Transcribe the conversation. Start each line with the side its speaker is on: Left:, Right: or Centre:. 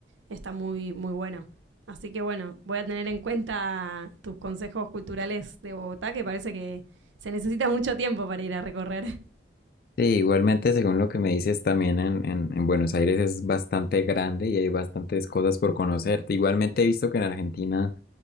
Right: está muy, muy bueno. Así que bueno, voy a tener en cuenta tus consejos culturales de Bogotá, que parece que se necesita mucho tiempo para ir a recorrer.
Left: Sí, igualmente, según lo que me dices, también en, en- en Buenos Aires es bastante grande y hay bastantes cosas por conocer. Igualmente he visto que en Argentina